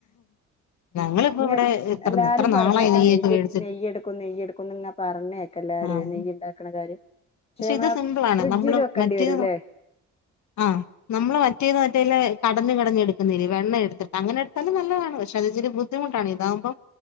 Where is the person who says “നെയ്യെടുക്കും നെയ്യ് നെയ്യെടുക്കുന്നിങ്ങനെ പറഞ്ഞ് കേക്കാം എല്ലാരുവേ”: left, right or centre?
Left